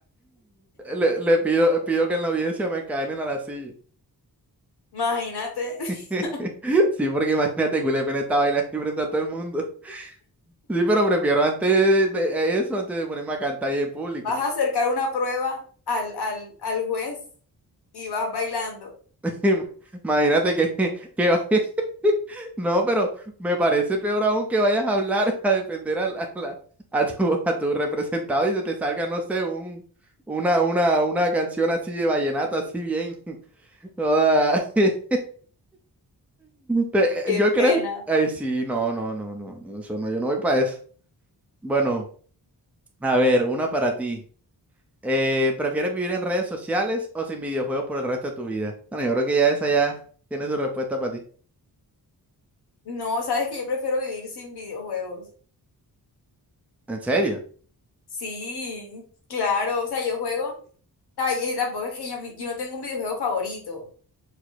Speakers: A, in the centre; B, on the left.
A: Le, le pido, pido que en la audiencia me caen a la silla.
B: Imagínate, <laughs>
A: <laughs> Sí, porque imagínate, culé, Culepen está bailando ahí frente a todo el mundo. Sí, pero prefiero antes de, de eso, antes de ponerme a cantar ahí en público.
B: vas a acercar una prueba al, al, al juez y vas bailando.
A: <laughs> Imagínate que, que vaya- <laughs> No, pero me parece peor aún que vayas a hablar <laughs> a defender a, la- a la- a tu, <laughs> a tu representado y se te salga, no sé, un, una, una, una canción así de vallenato, así bien. <laughs> toda- <laughs> Te-
B: Qué
A: Yo
B: pena.
A: creo que... Ay, sí, no, no, no, no, no, eso no, yo no voy para eso. Bueno, a ver, una para ti. Eh, ¿prefieres vivir en redes sociales o sin videojuegos por el resto de tu vida? Bueno, yo creo que ya esa ya tiene su respuesta para ti.
B: No, sabes que yo prefiero vivir sin videojuegos.
A: ¿En serio?
B: Sí, claro. O sea, yo juego. Ay, y tampoco es que yo, yo no tengo un videojuego favorito.